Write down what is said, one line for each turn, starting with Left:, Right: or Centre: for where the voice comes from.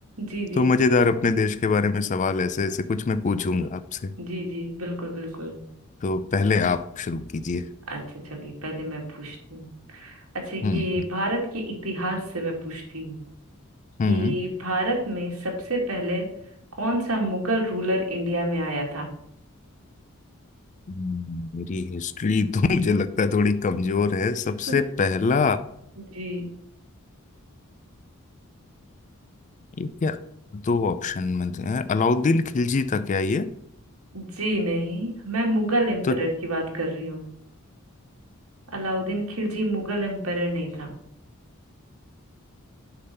Right: जी जी
Left: तो मजेदार अपने देश के बारे में सवाल ऐसे ऐसे कुछ मैं पूछूंगा आपसे
Right: जी जी बिल्कुल बिल्कुल
Left: तो पहले आप शुरू कीजिए
Right: अच्छा चलिए पहले मैं पूछती हूँ अच्छा ये
Left: हम्म हम्म
Right: भारत के इतिहास से मैं पूछती हूँ
Left: हम्म।
Right: कि भारत में सबसे पहले कौन सा मुगल रूलर इंडिया में आया था
Left: हम्म, मेरी हिस्ट्री तो <laughs> मुझे लगता है थोड़ी कमजोर है सबसे
Right: <laughs>
Left: पहला
Right: जी
Left: ये क्या दो ऑप्शन में दे- हैं अलाउद्दीन खिलजी था क्या ये
Right: जी नहीं मैं मुगल एम्परर
Left: तो
Right: की बात कर रही हूँ अलाउद्दीन खिलजी मुगल एम्परर नहीं था